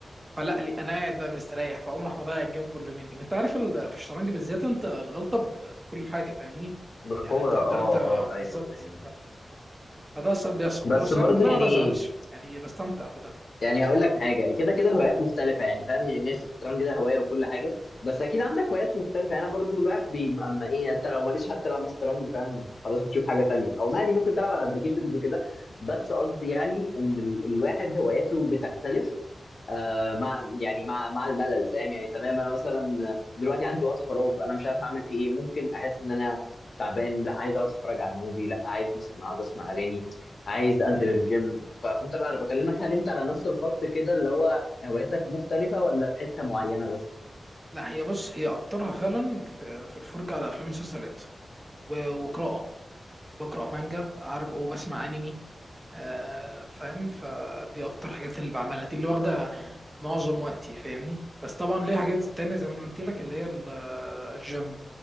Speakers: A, on the right; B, on the left.
A: فلا لي انا قاعد بقى مستريح فاقوم راح مضيع الجيم كله مني وانت عارف ال- في الشطرنج بالذات انت الغلطه ب- بكل حاجه فاهمني
B: بفورة
A: يعني انت حتى
B: اه اه
A: لو انت
B: آه، ايوه
A: بالظبط
B: ايوه
A: فده ساعات بيحصل
B: بس
A: وساعات
B: برضو
A: والله
B: يعني
A: ما بزعلش يعني بستمتع بده
B: يعني هقول لك حاجه كده كده الهوايات مختلفه يعني فاهم يعني ماشي الشطرنج ده هوايه وكل حاجه بس اكيد عندك هوايات مختلفه يعني انا برضو الواحد بي- اما ايه يعني انت لو ماليش حتى تلعب مش شطرنج فاهم خلاص هتشوف حاجه تانية او مالي ممكن تلعب على ابلكيشنز وكده بس قصدي يعني ان ال... الواحد هواياته بتختلف آه مع يعني مع مع الملل فاهم يعني تمام انا مثلا دلوقتي عندي وقت فراغ انا مش عارف اعمل فيه ايه ممكن احس ان انا تعبان لا عايز اقعد اتفرج على موفي لا عايز مثلا اقعد اسمع اغاني عايز انزل
A: ايوه
B: الجيم ف- فانت بقى انا بكلمك هل انت على نفس الخط كده اللي هو هواياتك مختلفة ولا في حتة معينة بس
A: لا هي بص هي اكترها فعلا في, في الفرجه على افلام ومسلسلات و- وقراءه بقرا مانجا عارف وبسمع انمي آه فاهم فدي اكتر حاجات اللي بعملها دي اللي واخده معظم وقتي فاهمني بس طبعا ليه حاجات تانية زي ما انا قلت لك اللي هي ال- الجيم